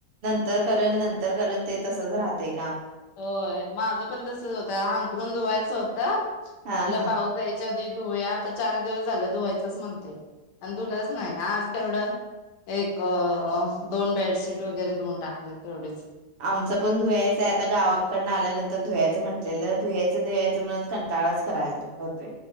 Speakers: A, on the right (about 65°); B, on the left (about 80°).
A: नंतर करन नंतर करन ते तसंच राहतंय.
B: होय माझं पण तस तसंच होतं आंथरून धुवायचं होत.
A: हा
B: म्हणलं
A: हा
B: पाऊस यायच्या आधी धुयात. चार दिवस झालं धुवायचंच म्हणते आणि धुलंच नाही आज तेवढं एक दोन बेड सीट वगैरे धुऊन टाकले. तेवढीच
A: आमचं पण धुयाचय आता गावा कडन आल्यानंतर धुवायचं म्हटलेलं धुयायचं धुवायचं म्हणत कंटाळाच करायला होतय.